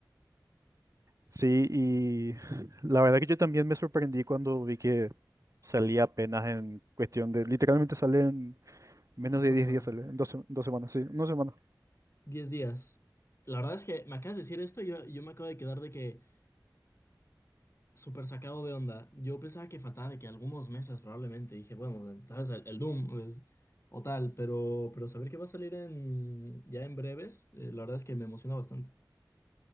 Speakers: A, on the right (about 45°); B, on the left (about 40°).
A: Sí, y la verdad que yo también me sorprendí cuando vi que salía apenas en cuestión de, literalmente sale en menos
B: En
A: de
B: una
A: 10
B: semana.
A: días, sale, en dos, se- dos semanas, sí, en dos semanas.
B: Diez días. La verdad es que me acabas de decir esto y yo, yo me acabo de quedar de que... Súper sacado de onda. Yo pensaba que faltaba de que algunos meses probablemente. Dije, bueno, tal vez el, el Doom pues, o tal, pero, pero saber que va a salir en, ya en breves, eh, la verdad es que me emociona bastante.